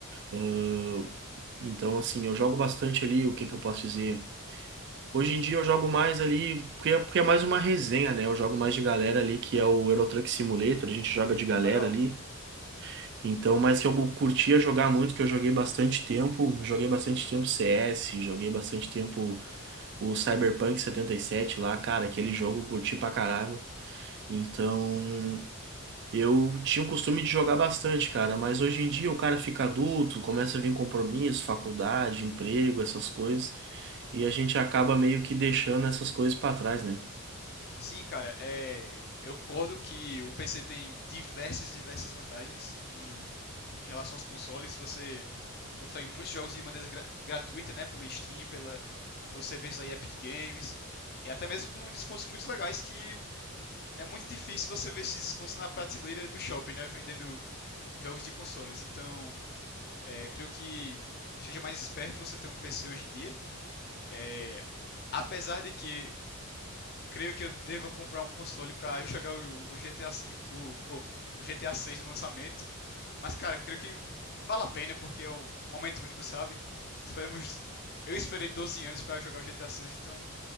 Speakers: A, on the right; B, on the left.
A: Ahn, então assim, eu jogo bastante ali, o que que eu posso dizer? Hoje em dia eu jogo mais ali, porque é, porque é mais uma resenha, né? Eu jogo mais de galera ali, que é o Euro Truck Simulator, a gente joga de
B: Hum,
A: galera
B: legal.
A: ali. Então, mas que eu curtia jogar muito, que eu joguei bastante tempo, joguei bastante tempo CS, joguei bastante tempo o Cyberpunk 77 lá, cara, aquele jogo eu curti pra caramba. Então, eu tinha o costume de jogar bastante, cara, mas hoje em dia o cara fica adulto, começa a vir compromisso, faculdade, emprego, essas coisas, e a gente acaba meio que deixando essas coisas pra trás, né?
B: Sim, cara, é, eu concordo que o PC tem diversas, diversas vantagens em em relação aos consoles, você consegue muitos jogos de maneira gra- gratuita, né? Pela Steam, pela, pelo serviço da Epic Games. E até mesmo com descontos muito legais que é muito difícil você ver esses descontos na prateleira do shopping, né? Vendendo jogos de consoles. Então, é, creio que seja mais esperto você ter um PC hoje em dia. É, apesar de que creio que eu deva comprar um console para <laughs> jogar o, o GTA V, o, o, o GTA 6 no lançamento. Mas, cara, creio que vale a pena porque é um momento único, sabe? Esperemos. Eu esperei 12 anos para jogar o GTA 6, então